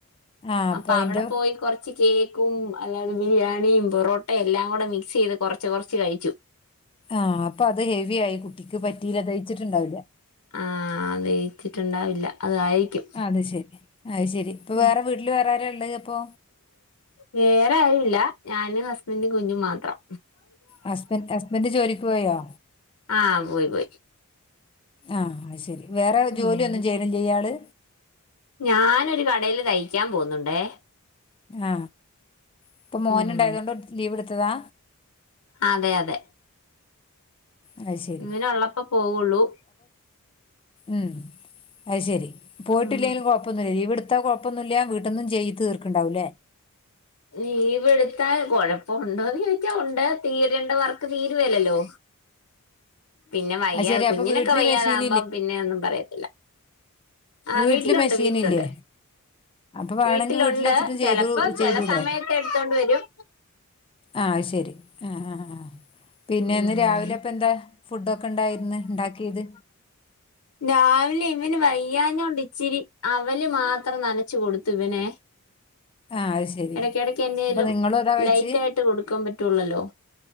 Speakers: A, on the left (about 25°); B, on the left (about 80°).
A: ആ
B: അപ്പൊ
A: അതിന്റെ
B: അവിടെ പോയി കൊറച്ച് കേ ക്കും അല്ലാതെ ബിരിയാണിയും പൊറോട്ടയും എല്ലാം കൂടെ മിക്സ് ചെയ്ത് കൊറച്ച് കൊറച്ച് കഴിച്ചു
A: ആ അപ്പൊ അത് ഹെവി ആയി കുട്ടിക്ക് പറ്റീല ദെയിച്ചിട്ടുണ്ടാവില്ല
B: ആ ദെയി ച്ചിട്ടുണ്ടാവില്ല അതായിരിക്കും
A: ആ അത് ശരി അത് ശരി ഇപ്പൊ
B: മ്
A: വേറെ വീട്ടിൽ വേറെ ആരാ ഉള്ളത് അപ്പൊ
B: വേറെ ആരുവില്ല ഞാനും ഹസ്ബെൻറും കുഞ്ഞും മാത്രം
A: ഹസ്ബൻഡ് ഹസ്ബൻഡ് ജോലിക്ക് പോയോ
B: ആ പോയി പോയി
A: അയ് ശരി വേറെ
B: ഉം
A: ജോലി ഒന്നും ചെയ്യണില്ലെ ഇയാള്
B: ഞാനൊരു കടയില് തയ്ക്കാൻ പോവുന്നുണ്ടേ
A: ആ ഇപ്പൊ മോനുണ്ടായതു
B: ഉം
A: കൊണ്ട് ലീവ് എടുത്തതാ
B: അതെ അതെ
A: അത് ശരി
B: ഇങ്ങനെ ഉള്ളപ്പോ പോവുള്ളു
A: ഉം അയ് ശരി പോയിട്ടില്ലെല്
B: ഉം
A: കൊഴപ്പൊന്നില്ല ലീവെടു ത്താ കൊഴപ്പൊന്നുയില്ല വീട്ട്ന്ന് ചെയ് തീർക്ക്ണ്ടാവല്ലെ
B: ലീവെടുത്താ കൊഴപ്പുണ്ടോന്ന് ചോദിച്ചാ ഉണ്ട് തീരേണ്ട വർ ക്ക് തീരുവേലല്ലോ പിന്നെ വയ്യാതെ
A: അത് ശരി
B: കുഞ്ഞിനൊക്കെ
A: അപ്പോൾ വീട്ടിൽ
B: വയ്യാതാവുമ്പം
A: മെഷീൻ
B: പിന്നെ ഒന്നും പറയത്തില്ല ആ
A: വീട്ടില്
B: വീട്ടിലുണ്ട്
A: മെഷീനില്ലേ
B: വീട്ടിലുണ്ട്
A: അപ്പൊ വേണങ്കി
B: വീട്ടിലുണ്ട്
A: വീട്ടിൽ വെച്ചിട്ടും
B: ചെലപ്പോ
A: ചെയ്തു ചെയ്തൂടെ
B: ചെല സമയത്ത് എടുത്തോണ്ട് വരും
A: അയ് ശരി ആ ആ ആ പിന്നെന്ന്
B: ഉം
A: രാവിലെ അപ്പ എന്താ ഫുഡൊക്കെ ഇണ്ടായിര്ന്ന് ഇണ്ടാക്കിയത്
B: രാവിലെ ഇവന് വയ്യഞ്ഞോണ്ട് ഇച്ചിരി അവല് മാത്രം നനച്ചു കൊടുത്തു ഇവനെ
A: ആ അയ്ശരി
B: ഇടക്കിടക്ക് എന്നേലും
A: അപ്പൊ നിങ്ങളും അതാ കഴിച്ച്
B: ലൈറ്റ് ആയിട്ട് കൊടുക്കാൻ പറ്റുള്ളല്ലോ